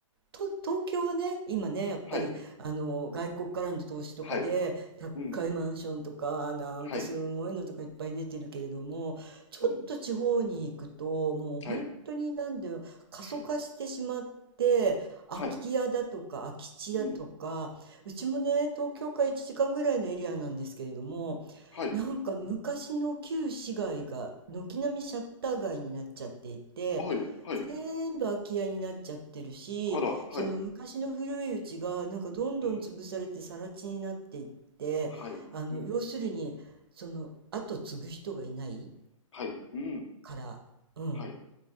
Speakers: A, on the right; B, on the left.
A: と、東京はね、今ね、やっぱり、
B: はい。
A: あの、外国からの投資とかで、
B: はい。
A: 高いマンションとか、
B: うん。
A: なんかすごいのとかいっぱい出てるけれども、
B: はい。
A: ちょっと地方に行くと、
B: うん。
A: もう本当になんで、
B: はい。
A: 過疎化してしまって、
B: はい。
A: 空き家だとか空き地だとか、
B: はい。うん。
A: うちもね、東京から1時間ぐらいのエリアなんですけれども、
B: はい。
A: なんか昔の旧市街が軒並みシャッター街になっちゃっていて全部空き家になっちゃってるしその昔の古いうちがなんかどんどん潰されて更地になっていってあの要するにその後継ぐ人がいない
B: はい。はい。あら、はい。うん。はい。うん。はい。うん。
A: から、うん、
B: はい。